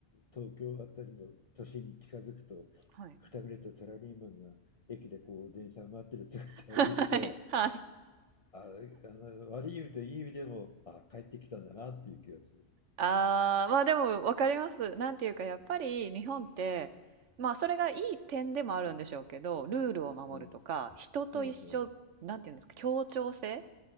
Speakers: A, on the left (about 35°); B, on the right (about 85°).
A: 東京あたりの都心に近づくと、
B: はい。
A: くたびれたサラリーマンが駅でこう電車を待ってる姿を見ると、
B: <laughs> はい。
A: あ、あの悪い意味といい意味でも、あ、帰ってきたんだなっていう気がする。
B: ああ、まあでも分かります。なんていうかやっぱり日本って、まあそれがいい点でもあるんでしょうけど、ルールを守るとか、
A: うん、
B: 人と一緒、
A: うん、うん、
B: なんていうんですか、協調性